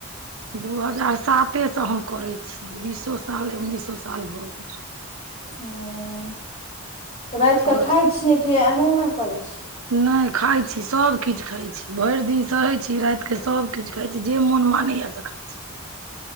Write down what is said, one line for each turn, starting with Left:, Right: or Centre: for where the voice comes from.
Right: दू हजार साते स हम करै छी। बीसो साल उन्नैसो साल भऽ गेल
Left: ह तऽ राइत कऽ
Right: आओर
Left: खाय छियै कि अनुना करै छी
Right: नै खाइ छी सब किछ खाइ छी, भैर दिन सहै छी रातिके सब किछु खाइ छी जे मोन मानैया खाय छी